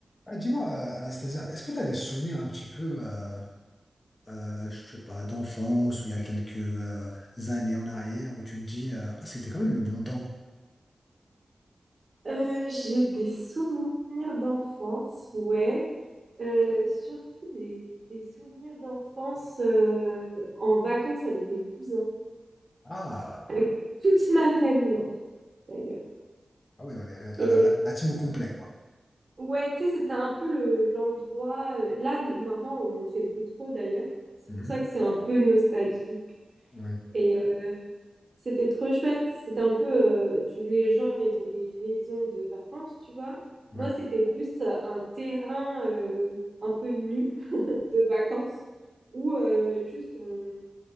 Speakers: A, on the left (about 40°); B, on the right (about 45°).
A: Ah, dis-moi, euh, Anastasia, est-ce que tu as des souvenirs un petit peu, euh, euh, je sais pas, d'enfance ou il y a quelques euh, années en arrière où tu te dis, euh, Ah, c'était quand même le bon temps.
B: Euh, j'ai des souvenirs d'enfance, ouais. Euh, surtout des, des souvenirs d'enfance euh, en vacances avec mes cousins,
A: Ah,
B: avec toute ma famille en fait, d'ailleurs.
A: ah oui, on est la,
B: Et
A: la- la- la team au complet, quoi.
B: ouais, tu sais, c'était un peu le, l'endroit. euh, là, n- maintenant, on le fait plus trop d'ailleurs. C'est
A: Mhm.
B: pour ça que c'est un peu nostalgique.
A: Oui,
B: Et euh, c'était trop chouette. C'était un peu, euh, tu, les gens, ils ont des maisons de vacances, tu vois.
A: ouais.
B: Moi, c'était plus euh, un terrain euh, un peu nu de vacances où euh, juste on,